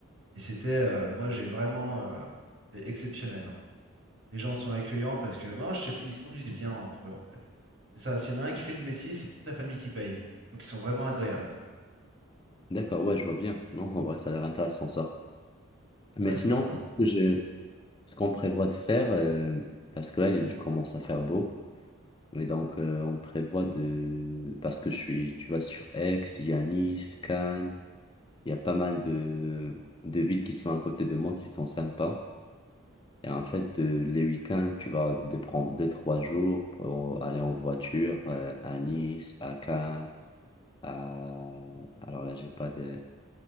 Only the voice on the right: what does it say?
Et c'était, euh, moi, j'ai vraiment, euh, c'était exceptionnel. hein. Les gens sont accueillants parce que, bon, je sais, ils se conduisent bien entre eux, en fait. C'est ça. S'il y en a un qui fait une bêtise, c'est toute la famille qui paye. Donc, ils sont vraiment agréables.
Ouais,
c'est sympa.